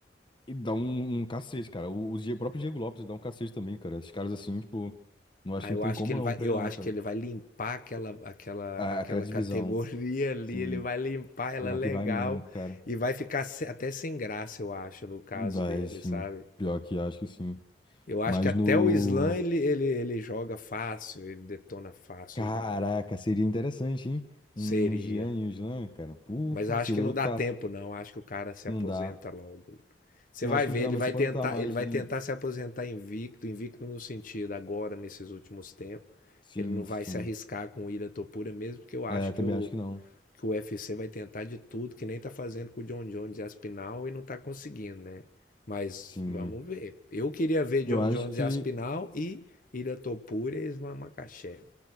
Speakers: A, on the left (about 25°); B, on the left (about 45°).
A: ele dá um, um cacete, cara. O, o Diego- o próprio Diego Lopes dá um cacete também, cara. Esses caras, assim, tipo, não acho
B: Aí
A: que não
B: eu
A: tem
B: acho
A: como
B: que ele
A: não
B: vai,
A: pra
B: eu
A: ele não,
B: acho
A: cara.
B: que ele vai limpar aquela, aquela,
A: a-
B: aquela
A: aquela divisão,
B: categoria ali,
A: sim.
B: ele vai limpar ela
A: Pior
B: legal
A: que vai mesmo, cara.
B: e vai ficar se- até sem graça, eu acho, no caso
A: Vai,
B: dele,
A: sim.
B: sabe?
A: Pior que acho que sim.
B: Eu acho
A: Mas
B: que até
A: no.
B: o Slam ele, ele, ele joga fácil, ele detona fácil
A: Caraca,
B: o Slam.
A: seria interessante, hein?
B: Seria.
A: Um, um Jean e um Islam, cara. Porra,
B: Mas acho
A: seria
B: que não
A: lutaço.
B: dá tempo, não. Acho que o cara se
A: Não
B: aposenta
A: dá.
B: logo. Você
A: Eu
B: vai
A: acho que
B: ver,
A: o Islam
B: ele
A: vai
B: vai
A: se aposentar
B: tentar,
A: mais.
B: ele vai
A: em-
B: tentar se aposentar invicto, invicto no sentido agora nesses últimos tempos.
A: Sim,
B: Ele não vai
A: sim.
B: se arriscar com o Ira Topura mesmo, porque eu acho
A: É,
B: que
A: também
B: o
A: acho que não.
B: que o U F C vai tentar de tudo, que nem tá fazendo com o John Jones e Aspinal e não tá conseguindo, né? Mas
A: Sim.
B: vamos ver. Eu queria ver John
A: Eu acho
B: Jones
A: que.
B: e Aspinal e Ira Topura e Islam Makachev.